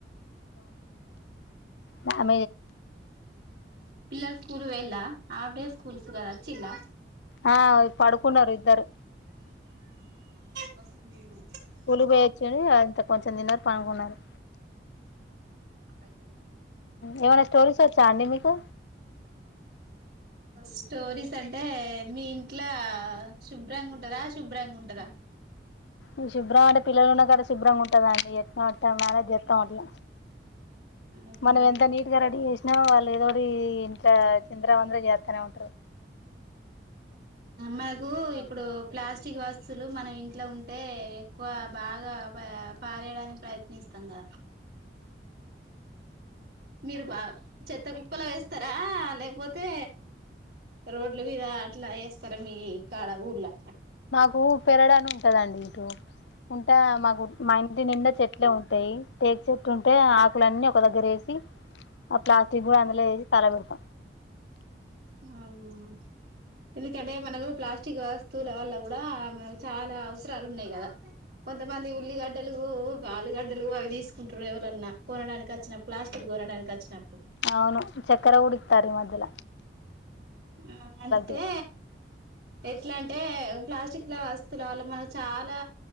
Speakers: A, on the left; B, on the right.
A: మ
B: పిల్లర్ స్కూలు వెలా ఆబడే స్కూల్స్గా వచ్చలా
A: ఆ పడుకున్నారు ఇద్దరు
B: బస మీ మీను
A: కూలి పోయొచ్చుని అంత కొంచెం తన్న పనుకుొన్నారు
B: అయితే
A: ఏమైనా స్టోరీస్ వచ్చా అండి మీకు
B: స్టోరీస్ అంటే మీ ఇంట్లో శుభ్రంగా ఉంటారా శుభ్రంగా ఉంటారా
A: ఈ శుభ్రం అంటే పిల్లలున్నా కడ శుభ్రంగా ఉంటుదండి ట్ట మనే చేస్తాం అట్లా
B: అవునా
A: మనం ఎంత నీట్గా రెడీ చేసినాో వాళ్ళు ఏదోటి ఇంత తందరా అందర చేస్తానే ఉంటారు
B: మనకు ఇప్పుడు ప్లాస్టిక్ వస్తులు మనం ఇంట్లో ఉంటే ఎక్కువ బాగా పారేయడానికి ప్రయత్నిస్తాం కదా మీరు బా చెత్త కుప్పలు వేస్తారా లేపోతే రోడ్ల మీద అట్లా వేస్తారా మీ కాడ ఊర్లా
A: హూ పెరడా అని ఉంటదండి ఇటుూ ఉంటే మాకు మా ఇంటి నిండే చెట్లే ఉంటాయి. టేక్ చెట్టు ఉంటే ఆకులన్నీ ఒక దగ్గర ఏ తి ఆ ప్లాస్టిక్ పో అందులో ఎస్తారా మిరప
B: అవునా ఎందుకంటే మనకు ప్లాస్ట్ ష్టిగా వస్తువుల వల్ల కూడా మన చాలా అవసరాలు ఉన్నాయి కదా. కొంత మంది ఉల్లిగడ్డలు ఆలుగడ్డలు అవి తీసుకుంటారు ఎవరన్నా కొనడానికి వచ్చినా, ప్లాస్టిక్ కొనడానికి వచ్చిన
A: అవును చక్కెర ఉడక్తార మొధ్యల
B: ఆ అంతే
A: కూడా
B: ఎట్లా అంటే ప్లాస్టిక్ల వస్తువుల వల్ల మనం చాలా